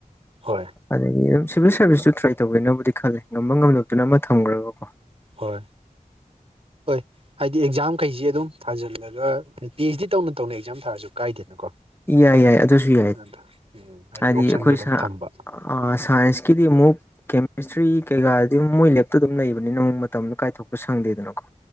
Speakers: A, on the right (about 40°); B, on the left (about 15°).
A: ꯍꯣꯏ
B: ꯑꯗꯒꯤ ꯑꯗꯨꯝ ꯁꯤꯚꯤꯜ ꯁꯥꯔꯚꯤꯁꯇꯨ ꯇ꯭ꯔꯥꯏ ꯇꯧꯒꯦꯅꯕꯨꯗꯤ ꯈꯜꯂꯦ ꯉꯝꯕ ꯉꯝꯗꯕꯗꯨꯅ ꯑꯃ ꯊꯝꯒ꯭ꯔꯒ ꯀꯣ
A: ꯍꯣꯏ ꯍꯣꯏ ꯍꯥꯏꯗꯤ ꯑꯦꯛꯖꯥꯝꯈꯩꯁꯤ ꯑꯗꯨꯝ ꯊꯥꯖꯤꯜꯂꯒ ꯄꯤ ꯑꯩꯆ ꯗꯤ ꯇꯧꯅ ꯇꯧꯅ ꯑꯦꯛꯖꯥꯝ ꯊꯥꯔꯁꯨ ꯀꯥꯏꯗꯦꯅꯀꯣ
B: ꯌꯥꯏ ꯌꯥꯏ ꯑꯗꯨꯁꯨ ꯌꯥꯏ
A: ꯑꯗ ꯎꯝ
B: ꯍꯥꯏꯗꯤ
A: ꯑꯣꯞꯁꯟꯗꯣ
B: ꯑꯩꯈꯣꯏ
A: ꯑꯗꯨꯝ
B: ꯁꯥ
A: ꯊꯝꯕ
B: ꯑꯥ ꯁꯥꯏꯟꯁꯀꯤꯗꯤ ꯑꯃꯨꯛ ꯀꯦꯃꯤꯁꯇ꯭ꯔꯤ ꯀꯩꯀꯥ ꯑꯗꯨꯝ ꯃꯣꯏ ꯂꯦꯞꯇꯨ ꯑꯗꯨꯝ ꯂꯩꯕꯅꯤꯅ ꯃꯇꯝꯗ ꯀꯥꯏꯊꯣꯛꯄ ꯁꯪꯗꯦꯗꯅꯀꯣ